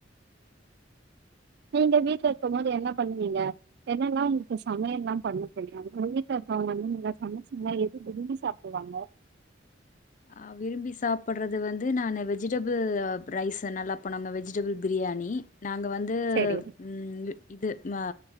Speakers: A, on the right; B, on the left.
A: நீங்க வீட்டுல இருக்கு போது என்ன பண்ணுவீங்க என்னெல்லா உங்களுக்கு சமையல் எல்லா பண்ண தெரியு வீட்டுல இருக்கவங்க நீங்க சமைச்சீங்கன்னா எது விரும்பி சாப்பிடுவாங்க
B: ஆ விரும்பி சாப்பிடுறது வந்து நானு வெ வெஜிடபிள் ரைஸ் நல்லா இப்போ நாங்க வெஜிடபிள் பிரியாணி நாங்க வந்து
A: செரி
B: ம் இது ம